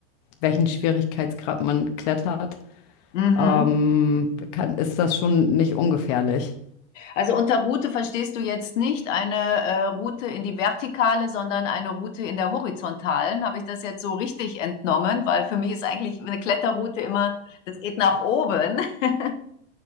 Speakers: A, on the left (about 35°); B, on the left (about 85°).
A: welchen Schwierigkeitsgrad man klettert,
B: Mhm.
A: ähm, kann, ist das schon nicht ungefährlich.
B: Also unter Route verstehst du jetzt nicht eine äh, Route in die Vertikale, sondern eine Route in der Horizontalen. Habe ich das jetzt so richtig entnommen? Weil für mich ist eigentlich eine Kletterroute immer, das geht nach oben. <laughs>